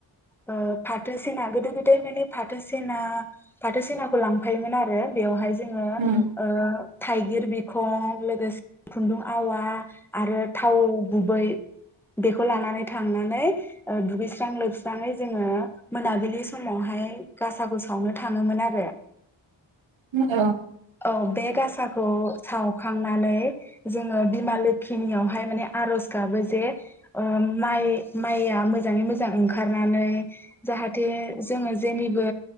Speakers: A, in the centre; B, on the right (about 80°).
A: ओ फाथो सेना गोदो गोदाय माने फाथो सेना फाथो सेनाखौ लांफायोमोन आरो बेवहाय जोङो
B: उम
A: ओ थाइगिर बि खं लोगोसे खुन्दुं आवा आरो थाव गुबै बेखौ लानानै थांनानै ओ दुगैस्रां लोबस्राङै जोङो मोनाबिलि समावहाय गासाखौ सावनो थाङोमोन आरो
B: औ <unintelligible>
A: औ बे गासाखौ साव खांनानै जोङो बिमा लोखिनियावहाय माने आरज गाबो जे ओ माइ माइआ मोजाङै मोजां ओंखारनानै जाहाथे जोङो जेनिबो